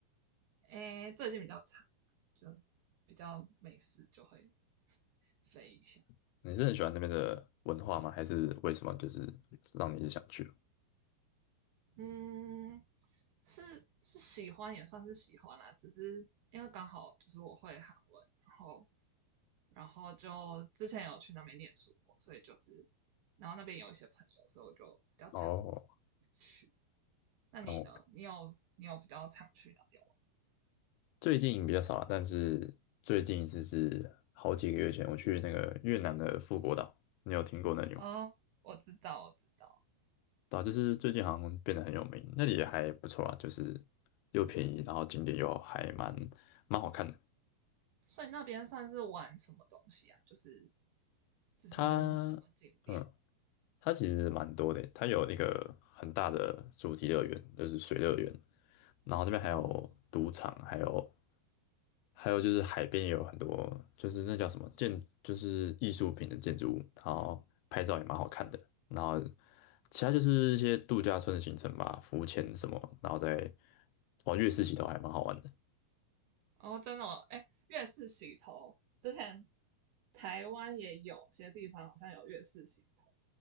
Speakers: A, on the right (about 75°); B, on the left (about 85°).
A: 哎最近比较长，就比较没事就会飞一下。
B: <laughs> 你是很喜欢那边的文化吗？还是为什么就是让你一直想去？
A: 嗯，是是喜欢也算是喜欢啦，只是因为刚好就是我会韩文，然后然后就之前有去那边念书过，所以就是然后那边有一些朋友，所以我就比较常
B: 哦，
A: 去。那你呢？
B: 哦，
A: 你有你有比较常去那边玩？
B: 最近比较少了，但是最近一次是好几个月前，我去那个越南的富国岛，你有听过那里吗？
A: 哦，我知道，我知道。
B: 对啊，就是最近好像变得很有名，那里也还不错啊，就是又便宜，然后景点又还蛮蛮好看的。
A: 所以那边算是玩什么东西啊？就是就是什么景点
B: 它，嗯，它其实蛮多的，它有那个很大的主题乐园，就是水乐园，然后这边还有赌场，
A: 哦
B: 还有还有就是海边也有很多，就是那叫什么建，就是艺术品的建筑物，然后拍照也蛮好看的。然后其他就是一些度假村的行程吧，浮潜什么，然后再哦月式洗头还蛮好玩的。
A: 哦，真的哦，哎，月式洗头之前台湾也有些地方好像有月式洗头，